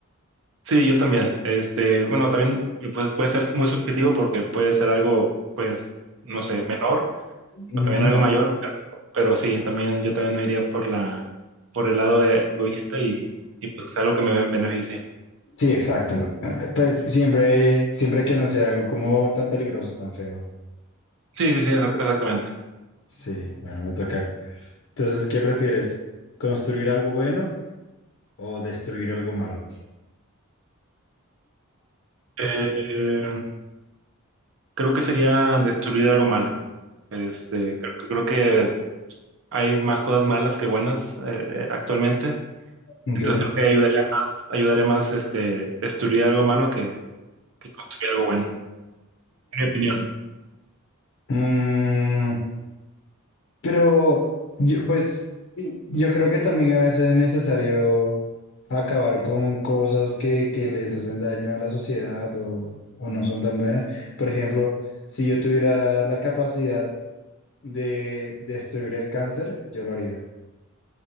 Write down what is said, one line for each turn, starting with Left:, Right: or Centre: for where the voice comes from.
Right: Sí, yo también. Este, bueno, también eh, pues, puede ser muy subjetivo porque puede ser algo, pues, no sé, menor
Left: Ujú.
Right: o también algo mayor, pero, pero sí, también yo también me iría por la, por el lado eh, egoísta y, y pues algo que me beneficie.
Left: Sí, exacto. Pues siempre, siempre que no sea algo como tan peligroso, tan feo.
Right: Sí, sí, sí, exac- exactamente.
Left: Sí, bueno, me toca. Entonces, ¿qué prefieres? ¿Construir algo bueno o destruir algo malo?
Right: Eh, creo que sería destruir algo malo. Este, creo, que creo que hay más cosas malas que buenas eh, actualmente.
Left: Ok.
Right: Entonces creo que ayudaría más, ayudaría más este, destruir algo malo que, que construir algo bueno, en mi opinión.
Left: Mm, pero yo, pues yo creo que también a veces es necesario acabar con cosas que, que les hacen daño a la sociedad o, o no son tan buenas. Por ejemplo, si yo tuviera la capacidad de destruir el cáncer, yo lo haría.